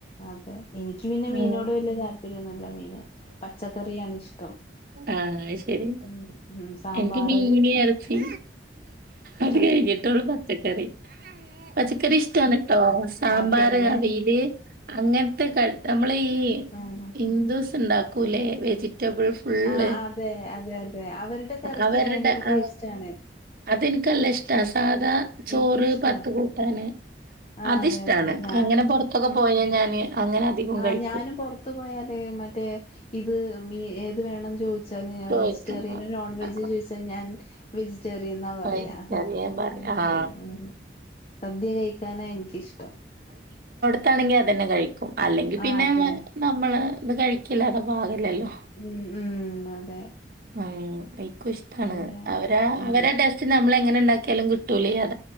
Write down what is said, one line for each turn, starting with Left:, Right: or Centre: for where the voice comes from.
Left: അതെ എനിക്ക് പിന്നെ മീനോട്
Right: ഉം
Left: വലിയ താല്പ ര്യം ഇല്ല മീന് പച്ചക്കറിയാണ് ഇഷ്ടം
Right: ആഹ ശരി
Left: ഉം ഉം സാമ്പാറ്
Right: എനിക്ക് മീന ഇറച്ചി
Left: ഇഷ്ട
Right: അത് കഴിഞ്ഞിട്ടേ ഉള്ള പക്കറി പച്ചക്കറി ഇഷ്ടമാണ് കേട്ടോ സാമ്പാർ
Left: അതെല്ലേ
Right: അവയില് അങ്ങനത്തെ ക നമ്മള് ഈ
Left: ആഹ്
Right: ഹിന്ദുസ് ഉണ്ടാക്കൂല്ലേ വെജിറ്റബിൾ ഫുള്ള്
Left: ആഹ് അതെ അതെ അതെ അവരുടെ കറിക്ക്
Right: അവരുടെ
Left: ഭയങ്കര ടേസ്റ്റാണ്
Right: അ അതെനിക്കല്ല ഇഷ്ടാ സാധാ ചോറ്
Left: എനിക്കും ഇഷ്ടാ
Right: പത്ത് കൂട്ടാന്
Left: ആഹ്
Right: അത്ഷ്ടാണ്
Left: അതെ അതെ ഞാ
Right: അങ്ങനെ പുറത്തൊക്കെ പോയ ഞാന് അങ്ങനെ അധികം
Left: ആഹ്
Right: കഴിക്കും.
Left: ഞാനും പുറത്തു പോയാലേ മറ്റേ ഇത് മ ഏത് വേണം ചോദിച്ചാൽ
Right: ചോദിച്ചാ
Left: വെജിറ്റേറിയൻ നോൺ വെജ്
Right: ആ,
Left: ചോദിച്ചാൽ ഞാൻ വെജിറ്റേറിയൻ എന്നാ പറയാ
Right: ആ, എനിക്കറിയാൻ പറയാ
Left: അതെ
Right: ആ
Left: അതെ ആഹ സദ്യ കഴിക്കാനാ എനിക്കിഷ്ടം
Right: ാണെങ്കിൽ അതനെ കഴിക്കും അല്ലെങ്കിൽ പിന്നെ
Left: ആഹ് അതെ
Right: നമ്മള് ഇത് കഴിക്കില്ലാത പാകില്ലല്ലോ
Left: ഉം ഉം അതെ
Right: ആ ഐക്കും ഇഷ്ടമാണ്
Left: പിന്നെ
Right: അവരാ
Left: ഉം
Right: അവരെ ടെസ്റ്റ് നമ്മള എങ്ങനെ ഉണ്ടാക്കിയാലും കിട്ടൂലേ അ